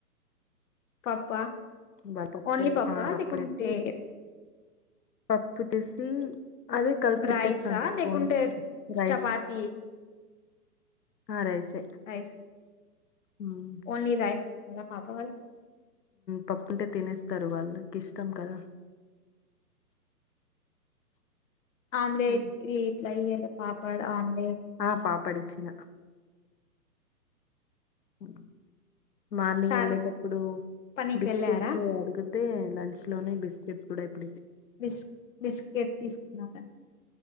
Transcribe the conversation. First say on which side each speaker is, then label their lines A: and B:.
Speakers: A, on the left (about 55°); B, on the left (about 80°).
A: పప్ప
B: వాళ్ళ పప్పు
A: ఓన్లీ పప్ప
B: ఆ పప్పు
A: లేకుంటే
B: వేసి పప్పు చేసి అదే కలిపి
A: రైసా
B: పేట్టేస్తాను
A: లేకుంటే
B: పోనీకి రైస్
A: చపాతి
B: హా రైసే
A: రైస్
B: హ్మ్
A: ఓన్లీ రైస్ తురా పాపా వాల్
B: పప్పు ఉంటే తినేస్తారు వాళ్ళకి ఇష్టం కదా
A: ఆమ్లేట్
B: ఉమ్.
A: ఈ గ ఇయాలే పాపడ్ అమే
B: ఆ పాపడి ఇచ్చిన ఉ మార్నింగ్
A: సర్ఫ్
B: ఏళ్ళేటప్పుడు
A: పనికి
B: బిస్కెట్
A: వెళ్ళారా
B: అడుగు అయితే లంచ్ లోనే బిస్కెట్స్ కూడా ఇప్పుడు ఇచ్చ
A: బిస్ బిస్కెట్ తీసుకున్నా మేం